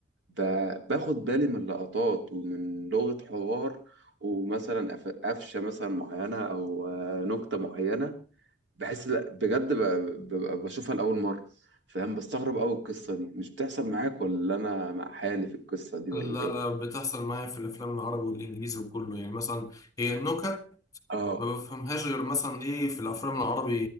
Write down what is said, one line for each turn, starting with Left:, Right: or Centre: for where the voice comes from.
Right: فباخد بالي من لقطات ومن لغة حوار ومثلا قف- قفشة مثلا معينة أو آه، نكتة معينة بحس لا بجد ب- ببقى بشوفها لأول مرة فاهم بستغرب أوي القصة دي مش بتحصل معاك ولا أنا مع حالي في القصة دي ولا
Left: لا
Right: إيه؟
Left: لا بتحصل معايا في الافلام العربي والانجليزي وكله يعني مثلا هي النكت
Right: آه
Left: ما بفهمهاش غير مثلا ايه في الافلام العربي